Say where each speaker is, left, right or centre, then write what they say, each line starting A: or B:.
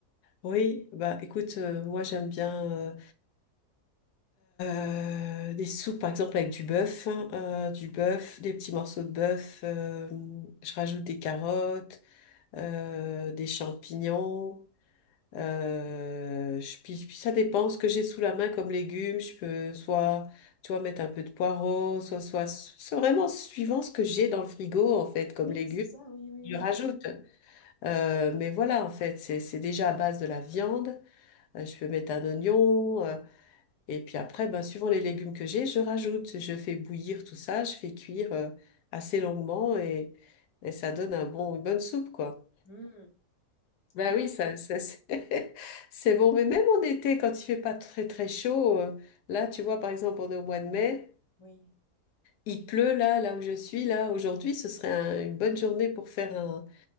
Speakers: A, on the left; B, on the left.
A: Oui, bah écoute, euh, moi j'aime bien euh, euh, des soupes par exemple avec du bœuf, hein, euh, du bœuf, des petits morceaux de bœuf, euh, je rajoute des carottes, euh, des champignons, euh, je, puis, puis ça dépend ce que j'ai sous la main comme légumes, je peux soit, tu vois, mettre un peu de poireaux, soit, soit, c'est vraiment suivant ce que j'ai dans le frigo en fait comme
B: Oui,
A: légumes.
B: c'est ça, oui, oui,
A: Je
B: oui.
A: rajoute. Euh, mais voilà, en fait, c'est c'est déjà à base de la viande. Euh, Je peux mettre un oignon. euh, et puis après, ben, suivant les légumes que j'ai, je rajoute. Je fais bouillir tout ça. Je fais cuire euh, assez longuement et, et ça donne un bon, une bonne soupe, quoi.
B: Hmm.
A: Ben
B: Moi,
A: oui,
B: c'est-
A: ça, ça, c'est <laughs> c'est bon. Mais même en été, quand il fait pas très très chaud, euh, là, tu vois, par exemple, on est au mois de mai.
B: oui.
A: Il pleut là, là où je suis, là, aujourd'hui, ce serait un- une bonne journée pour faire un,